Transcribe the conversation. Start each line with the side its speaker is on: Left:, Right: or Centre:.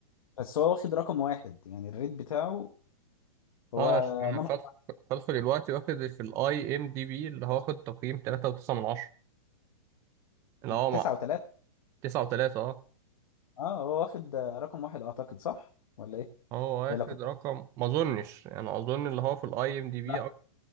Left: بس هو واخد رقم واحد يعني الريت بتاعه هو
Right: اه أنا ش- أنا
Left: نمبر
Right: فاتح فاتحه دلوقتي واخد في الأي إم دي بي اللي هو واخد تقييم تلاتة وتسعة من عشرة اللي هو
Left: تسعة
Right: مع
Left: وتلاتة
Right: تسعة وتلاتة اه
Left: اه هو واخد آه، رقم واحد أعتقد صح ولا إيه؟
Right: هو واخد
Left: يعني لو كنت
Right: رقم ما أظنش يعني أظن اللي هو في الأي إم دي بي
Left: لا
Right: اللي